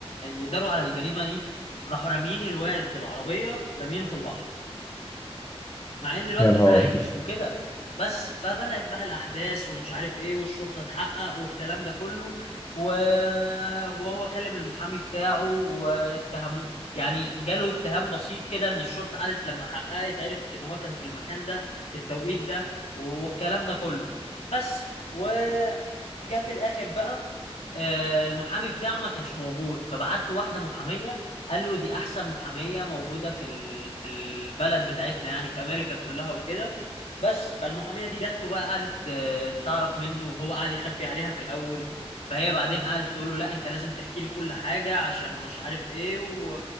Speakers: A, on the left; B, on the left.
A: يداروا على الجريمة دي راحوا رامين الواد بالعربية رامينه في البحر مع ان الواد
B: يا
A: كان
B: نهار أبيض.
A: عايش وكده بس فبدأت بقى الأحداث ومش عارف إيه والشرطة تحقق والكلام ده كله و... وهو كلم المحامي بتاعه واتهموه يعني جاله اتهام بسيط كده إن الشرطة قعدت لما حققت عرفت إن هو كان في المكان ده في التوقيت ده والكلام ده كله بس وجا في الآخر بقى آه، المحامي بتاعه ما كانش موجود فبعت له واحدة محامية قال له دي احسن محاميه موجوده في ال... في البلد بتاعتنا يعني في امريكا كلها وكده بس فالمحاميه دي جات له بقى قعدت آه، تعرف منه وهو قعد يخبي عليها في الاول فهي بعدين قعدت تقول له لا انت لازم تحكي لي كل حاجه عشان مش عارف ايه و...